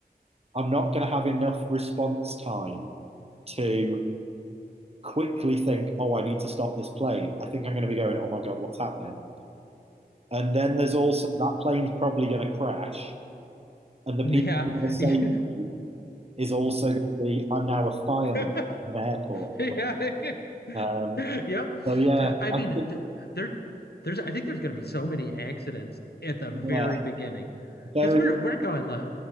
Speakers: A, on the right; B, on the left.
A: I'm not going to have enough response time to quickly think, oh, I need to stop this plane. I think I'm going to be going, oh my God, what's happening? And then there's also that plane's probably going to crash. And the
B: Yeah.
A: people who are going to
B: Yeah.
A: save me is also going to be, I'm now a fireman
B: <laughs> <laughs>
A: at an airport.
B: yeah. <laughs>
A: Um,
B: yep.
A: so yeah,
B: I mean,
A: I think,
B: th- there, there's. I think there's going to be so many accidents at the very
A: yeah,
B: beginning,
A: very,
B: because we're we're going like